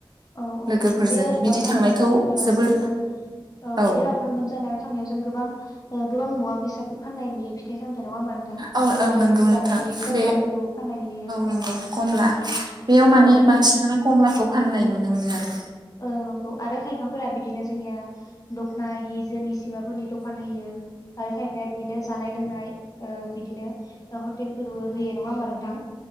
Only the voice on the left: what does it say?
औ औ
बे
लावखार
ओंखाम जानो थांनायाव
जोङो औ
बे लावखार ओंखाम जानाय थांनायाव जों गोबां गोबां मुवा बेसादफोर फाननाय नाय नुयो फिथाइ सामथायाइ नङा होमबा नोंथां
बिदिनो
भुटाननि
कमलाफोरखौ
फान्नाय नुयो
औ
औ
औ नंगौ आरो खायफाफोरा बिदिनो जोंनिया दख'ना हि जोम हिसिमाफोरनि दखान होयो आरो खायफाया बिदिनो जानाय लोंनाय ओ बिदिनो हटेलफोरबो होयो नङा होमबा नोंथां